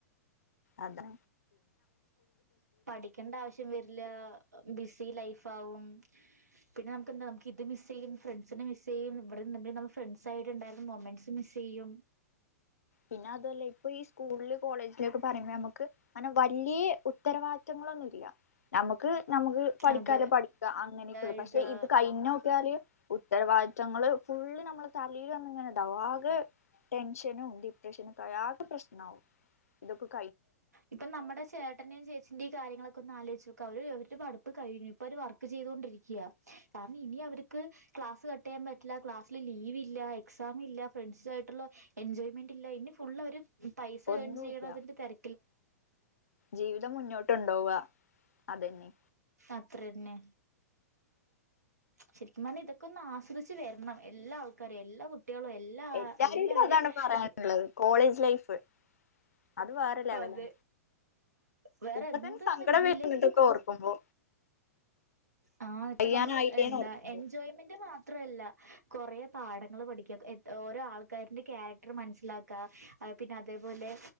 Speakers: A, on the left (about 65°); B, on the right (about 80°).
A: അതാ
B: പഠിക്കേണ്ടആവിശ്യംവരില്ലബിസി ലൈഫ് ആാവും പിന്നെനമുക്ക്ന്താനമക്ക് ഇത് മിസ്സ്‌ ചെയ്യുംഫ്രണ്ട്സിനെമിസ്സ്ചെയ്യും ഇവിടെഫ്രണ്ട്സയിട്ട് ഇണ്ടായിരുന്ന മൊമന്റ്സ് മിസ്സ് ചെയ്യും
A: പിന്നെ അതുല്ല ഇ ഇപ്പൊ ഈ സ്കൂളില് കോളേജില് എന്നൊക്കെ പറയുമ്പോ ഞമ്മക്ക് അങ്ങനെ വലിയ ഉത്തരവാദിത്യങ്ങളൊന്നും ഇല്ല്യ ഞമക്ക് ഞമക്ക് പഠിക്കാലേ
B: അതെ
A: പഠിക്ക അങ്ങനെയൊക്കെയള്ളു
B: എഴുതാ
A: പക്ഷെ ഇത് കഴിഞ്ഞോക്കിയാല് ഉത്തരവാദിത്തങ്ങള്ഫുള്ള് ഞമ്മള് തലേൽവന്ന് ഇങ്ങനൊഇണ്ടാവും ആകെടെൻഷനും ഇണ്ട് ടെൻഷനോക്കെആയാആകെ പ്രശ്നആവുംഇതൊക്കെ
B: ഇപ്പം നമ്മുടെ ചേട്ടന്റെയും ചേച്ചിന്റെയും കാര്യങ്ങളൊ ക്കൊന്നാലോചിച്ച് നോക്ക് അവര് അവരുടെ പഠിപ്പ് കഴിഞ്ഞ്ഇപ്പൊ അവര് വർക്ക്ചെയ്തോണ്ട് രിക്കയാകാരണംഇനി അവർക്ക് ക്ലാസ്സ് കട്ട്ചെയ്യാൻ പറ്റില്ല ക്ലാസ്സില് ലീവ് ഇല്ല എക്സാംഇല്ല ഫ്രണ്ട്സ് ആയിട്ടുള്ള എൻജോയ്മെന്റ് ഇല്ല ഇനി ഫുള്ള് അവര് പൈസ
A: ഒന്നുമില്ല
B: ഏൺ ചെയ്യണതിന്റെ തെര
A: ജീവിതം മുന്നോട്ട്ണ്ടോവാ അതെന്നെ
B: അത്രന്നെ ശരിക്കും പറഞ്ഞാ ഇതൊക്കെ ഒന്ന് ആസ്വദിച്ച് വരണം എല്ലാ ആൾക്കാരും എല്ലാ കുട്ടി കുട്ടികളും എല്ലാ
A: എല്ലാരോടും
B: എല്ലാവരും
A: അതാണ് പറയാനുള്ളത്
B: ഇ
A: കോളേജ് ലൈഫ് അത് വേറെ ലെവലാ
B: അതെ വേറെ
A: ഇപ്പ
B: എന്തൊന്ന്
A: തന്നെ സങ്കടം
B: കിട്ടിയില്ലെങ്കിലും
A: വരണണ്ട് ഇതോർക്കുമ്പോ
B: ആ ഇപ്പൊ
A: കഴിയാനായില്ലേന്ന്
B: നമ്മള് എന്താ
A: ഓർക്കുമ്പോ
B: എൻജോയ്മെന്റ് മാത്രല്ല കുറെേ പാഠങ്ങൾ പഠിക്കുക ഓരോ ആൾക്കാന്റെ ക്യാരക്ടർ മനസ്സിലാക്കുക പിന്നെ അതേപോലെ